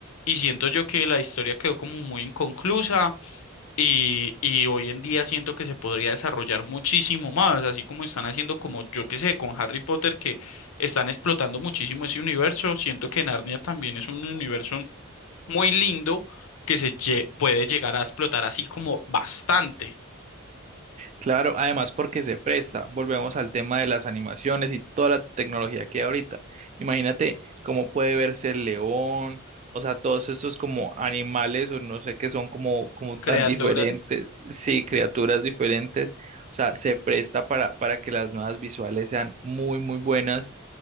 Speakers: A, on the left; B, on the right.
A: Y siento yo que la historia quedó como muy inconclusa y, y hoy en día siento que se podría desarrollar muchísimo más, así como están haciendo como yo que sé, con Harry Potter que están explotando muchísimo ese universo. Siento que Narnia también es un universo muy lindo que se lle- puede llegar a explotar así como bastante
B: Claro, además porque se presta. Volvemos al tema de las animaciones y toda la tecnología que hay ahorita. Imagínate cómo puede verse el león, o sea, todos estos como animales o no sé qué son como, como
A: creadoras
B: tan diferentes, sí, criaturas diferentes. O sea, se presta para, para que las nuevas visuales sean muy, muy buenas